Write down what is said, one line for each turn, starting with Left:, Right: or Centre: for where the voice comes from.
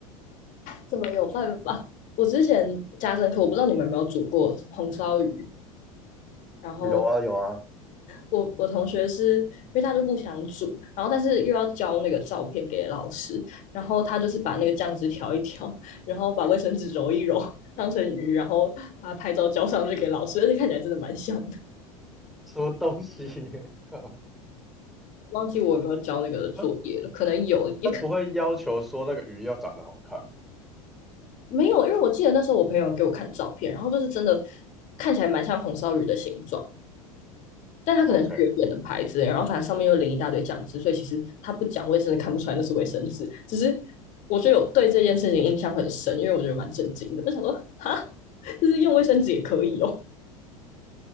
Left: 怎么有办法？我之前家政课，我不知道你们有没有煮过红烧鱼。然后
Centre: 有啊有啊，
Left: 我我同学是因为他就不想煮，然后但是又要交那个照片给老师，然后他就是把那个酱汁调一调，然后把卫生纸揉一揉，当成鱼，然后把拍照交上去给老师，而且看起来真的蛮像的。
Centre: 什么东西，<laughs> 靠，
Left: 忘记我有没有交那个的作业了，
Centre: 他
Left: 可能有，也可
Centre: 他不会要求说那个鱼要长得好看吧
Left: 没有，因为我记得那时候我朋友给我看照片，然后就是真的看起来蛮像红烧鱼的形状，但它可能是远远的牌子，
Centre: ？OK，
Left: 然后反正上面又淋一大堆酱汁，所以其实它不讲，我也真的看不出来那是卫生纸。只是我觉得有对这件事情印象很深，因为我觉得蛮震惊的，就想说哈，就是用卫生纸也可以哦，